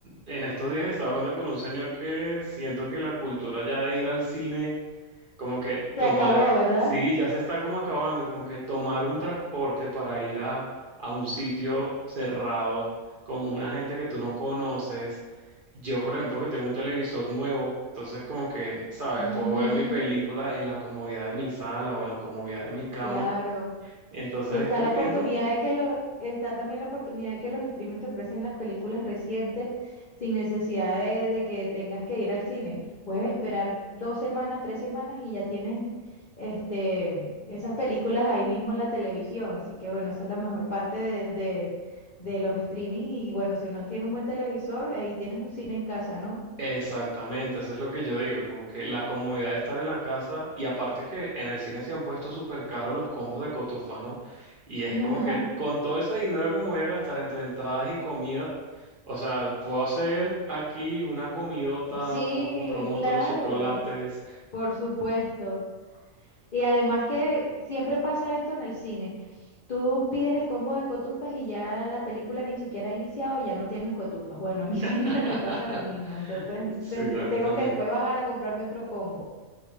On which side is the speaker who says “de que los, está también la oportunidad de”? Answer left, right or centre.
Left